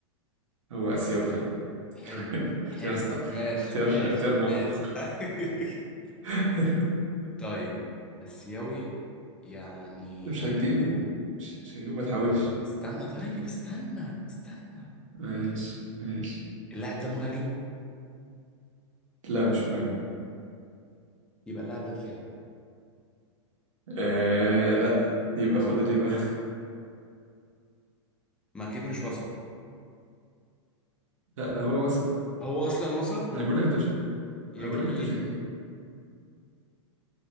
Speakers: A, on the right (about 80°); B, in the centre.
A: هو آسيوي فعلا
B: حلو
A: <laughs> اختيار
B: حلو
A: صح
B: ماشي
A: اختيار
B: ماشي
A: اختيار موفق
B: ماشي <laughs>
A: <laughs>
B: طيب آسيوي يعني
A: مش هتجيبه مش, مش هتجيبه ما تحاولش
B: استنى طيب استنى استنى
A: ماشي ماشي
B: اللاعب ده مهاجم
A: لا مش مهم
B: يبقى اللاعب ده دفاع
A: آه لا يبقى فاضل
B: برضه
A: ايه بقى
B: ما أكيد مش وسط
A: <laughs> لا ده هو وصل
B: هو أصلا وسط
A: انا بقول لك انت مش
B: يا
A: انا
B: جميل
A: بقول لك انت مش هتجيب